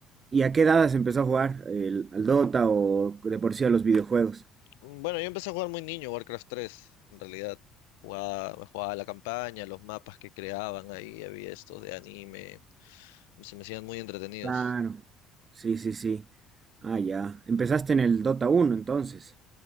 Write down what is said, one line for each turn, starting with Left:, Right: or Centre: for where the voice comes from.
Right: ¿Y a qué edad se empezó a jugar? ¿El, al Dota o de por sí a los videojuegos?
Left: Bueno, yo empecé a jugar muy niño Warcraft 3, en realidad. Jugaba, me jugaba la campaña, los mapas que creaban ahí, había estos de anime, se me hacían muy entretenidos.
Right: Claro. Sí, sí, sí. Ah, ya. Empezaste en el Dota 1, entonces.